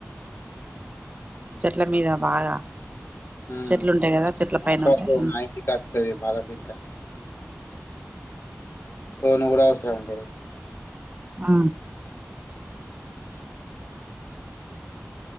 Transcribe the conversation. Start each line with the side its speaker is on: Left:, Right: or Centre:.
Right: చెట్ల మీద బాగా
Left: ఉమ్
Right: చెట్లు ఉంటాయి కదా చెట్ల పైన
Left: అప్పుడప్పుడు
Right: ఉంటాయి
Left: మా ఇంటికి వత్తది బాలపిట్ట టోన్ కూడా అవసరం అండి
Right: ఆ